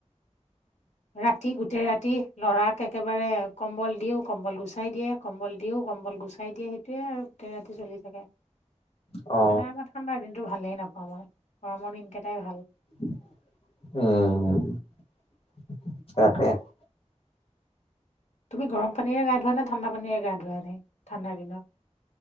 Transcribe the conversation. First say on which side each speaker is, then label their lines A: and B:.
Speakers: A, on the left (about 80°); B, on the left (about 55°).
A: ৰাতি গোটেই ৰাতি লৰাক একেবাৰে কম্বল দিও কম্বল গুচাই দিয়ে। কম্বল দিওঁ কম্বল গুচাই দিয়ে সেইটোৱে আৰু গোটেই ৰাতি চলি থাকে। তেনে
B: অ
A: আমাৰ ঠাণ্ডাৰ দিনটো ভালেই নাপাওঁ মই গৰমৰ দিনকেইটাই ভাল।
B: উহু, উম উ উ উ, উচ্ তাকে
A: তুমি গৰম পানীৰে গা ধুৱা নে ঠাণ্ডা পানীৰে গা ধুৱাই নাই ঠাণ্ডাৰ দিনত।